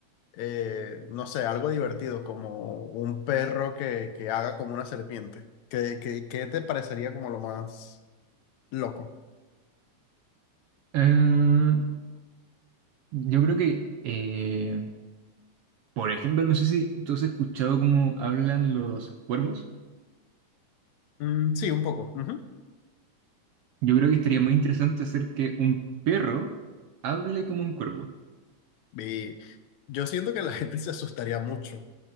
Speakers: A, on the left (about 75°); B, on the right (about 65°).
A: eh, no sé, algo divertido, como un perro que, que haga como una serpiente. ¿Qué, qué, qué te parecería como lo más... Loco.
B: Ah, yo creo que, eh, por ejemplo, no sé si tú has escuchado cómo hablan los cuervos.
A: Mm, sí, un poco. ujú.
B: Yo creo que estaría muy interesante hacer que un perro hable como un cuervo.
A: Y yo siento que la <laughs> gente se asustaría mucho.